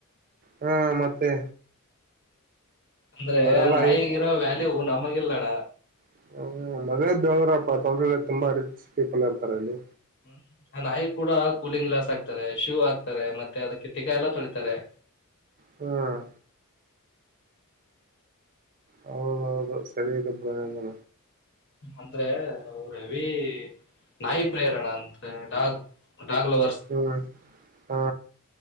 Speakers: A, on the right; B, on the left.
A: ಹಾ ಮತ್ತೆ
B: ಅಂದ್ರೆ
A: ಅವರೆಲ್ಲ
B: ನಾಯಿಗಿರೋ ವ್ಯಾಲ್ಯೂ ನಮಗಿಲ್ಲಣ
A: ಹ್ಮ ಮದ್ವೆ ಬೆಳದ್ರಪ್ಪ ತೊಂದ್ರೆ ತುಂಬಾ ರಿಚ್ ಪೀಪಲ್ ಇರ್ತಾರೆ ಅಲ್ಲಿ
B: ಹ್ಮ್ ನಾಯಿ ಕೂಡ ಕೂಲಿಂಗ್ ಗ್ಲಾಸ್ ಆಾಕ್ತಾರೆ ಶೂ ಆಾಕ್ತಾರೆ ಮತ್ತೆ ಅದ ಕಿತ್ತಿಕಾಯಿ ಎಲ್ಲ ತೊಳಿತಾರೆ
A: ಹ್ಮ್ ಹೌದೌದು ಸರಿ ಇದೆ ಬಾನ
B: ಅಂದ್ರೆ ಅವ್ರ ಹೆವಿ ನಾಯಿ ಪ್ರೇರಣ ಅಂದ್ರೆ ಡಾಗ್ ಡಾಗ್ ಲವರ್ಸ್
A: ಹ್ಮ್ ಹಾ